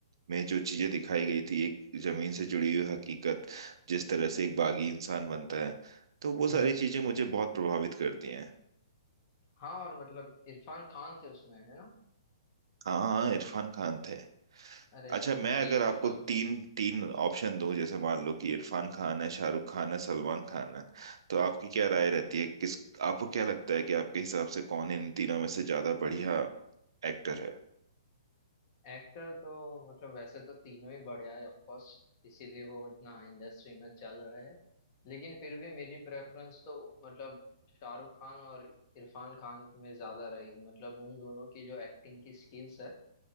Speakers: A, on the right; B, on the left.
A: में जो चीजें दिखाई गई थी एक जमीन से जुड़ी हुई हकीकत जिस तरह से एक बागी इंसान बनता है तो वो सारी
B: हम्म
A: चीजें मुझे बहुत प्रभावित करती हैं
B: हाँ और मतलब इरफान खान थे उसमें है ना
A: हाँ हाँ इरफान खान थे
B: अरे
A: अच्छा
B: यार उनकी
A: मैं अगर आपको
B: मतलब
A: तीन तीन ऑप्शन दूं जैसे मान लो कि इरफान खान है शाहरुख खान है सलमान खान है तो आपकी क्या राय रहती है किस आपको क्या लगता है कि आपके हिसाब से कौन इन तीनों में से ज्यादा बढ़िया एक्टर है
B: एक्टर तो मतलब वैसे तो तीनों ही बढ़िया है ऑफ कोर्स इसीलिए वो इतना इंडस्ट्री में चल रहे हैं लेकिन फिर भी मेरी प्रेफरेंस तो मतलब शाहरुख खान और इरफान खान में ज्यादा रहेगी मतलब उन दोनों की जो एक्टिंग की स्किल्स है